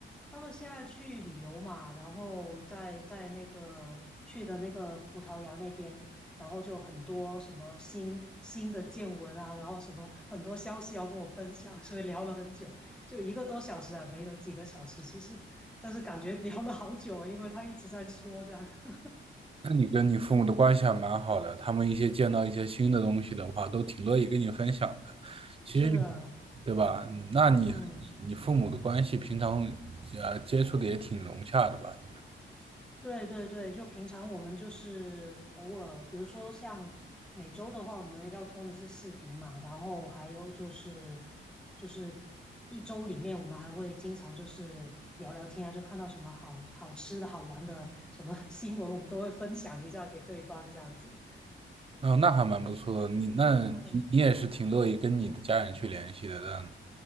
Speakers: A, in the centre; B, on the right (about 30°).
A: 他们现在去旅游嘛，然后在在那个去的那个葡萄牙那边，然后就很多什么新新的见闻啊，然后什么很多消息要跟我分享，所以聊了很久，就一个多小时啊，没有几个小时其实，但是感觉聊了好久，因为他一直在说这样。<laughs>
B: 那你跟你父母的关系还蛮好的，他们一些见到一些新的东西的话，都挺乐意跟你分享的。其实有对吧？
A: 是的，
B: 嗯那你和你你父母的关系平常
A: 嗯。
B: 呃接触的也挺融洽的吧？你们，
A: 对对对，就平常我们就是偶尔，比如说像每周的话，我们要通一次视频嘛，然后还有就是就是一周里面，我们还会经常就是聊聊天啊，就看到什么好好吃的好玩的什么 <laughs> 新闻，我们都会分享一下给对方这样子。
B: 嗯、那还蛮不错的。你那你你也是挺乐意跟你的家人去联系的，
A: 嗯，
B: 但